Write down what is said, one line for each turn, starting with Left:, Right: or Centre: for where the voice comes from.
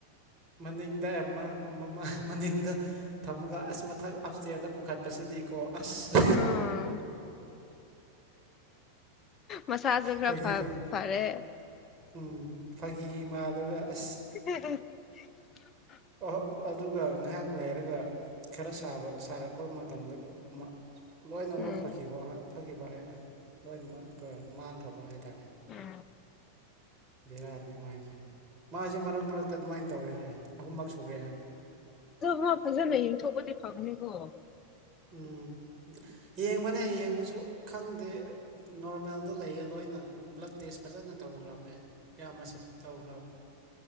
Right: ꯃꯅꯤꯡꯗ ꯑꯃ ꯑꯃꯃꯥ ꯃꯅꯤꯡꯗ ꯊꯝꯃꯒ ꯑꯁ ꯃꯊꯛ ꯑꯞꯁꯇꯦꯌꯔꯗ ꯄꯨꯈꯠꯄꯁꯤꯗꯤꯀꯣ ꯑꯁ
Left: ꯎꯝ ꯃꯁꯥꯁꯨ ꯈꯔ
Right: ꯐꯒꯤ
Left: ꯐ
Right: ꯐꯒꯤ
Left: ꯐꯔꯦ
Right: ꯎꯝ ꯐꯥꯒꯤ ꯃꯥꯜꯂꯒ ꯑ
Left: <unintelligible>
Right: ꯑꯣ ꯑꯗꯨꯒ ꯉꯥꯏꯍꯥꯛ ꯂꯩꯔꯒ ꯈꯔ ꯁꯥꯕ ꯁꯥꯔꯛꯄ ꯃꯇꯝꯗ ꯃ ꯂꯣꯏꯅꯃꯛ
Left: ꯎꯝ
Right: ꯐꯈꯤꯕ ꯐꯈꯤꯕ ꯂꯣꯏꯅꯃꯛ ꯃꯥꯡꯈ꯭ꯔꯕ ꯍꯥꯏꯇꯥꯥꯔꯦ
Left: ꯎꯝ
Right: ꯕꯦꯔꯥꯅꯤ ꯃꯥꯥꯏꯁꯦ ꯃꯥꯁꯦ ꯃꯔꯛ ꯃꯔꯛꯇ ꯑꯗꯨꯃꯥꯏꯅ ꯇꯧꯋꯦ ꯍꯥꯏꯦ ꯑꯍꯨꯝꯃꯛ ꯁꯨꯔꯦ ꯍꯥꯏ
Left: ꯑꯗꯨ ꯃꯥ ꯐꯖꯅ ꯋꯦꯡꯊꯣꯛꯄꯗꯤ ꯐꯕꯅꯀꯣ
Right: ꯎꯝ ꯌꯦꯡꯕꯅꯦ ꯌꯦꯡꯉꯁꯨ ꯈꯪꯗꯦ ꯅꯣꯔꯃꯦꯜꯗ ꯂꯩꯌꯦ ꯂꯣꯏꯅ ꯕ꯭ꯂꯠ ꯇꯦꯁ ꯐꯖꯅ ꯇꯧꯒ꯭ꯔꯕꯅꯦ ꯏꯌꯥꯝꯃꯁꯦ ꯇꯧꯒ꯭ꯔꯕꯅꯦ